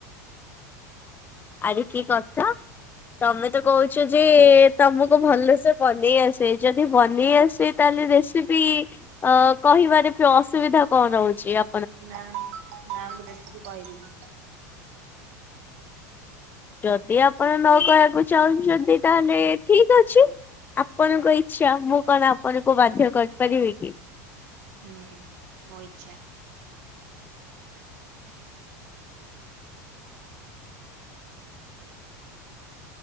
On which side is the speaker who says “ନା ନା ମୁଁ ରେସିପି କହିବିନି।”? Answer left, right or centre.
Right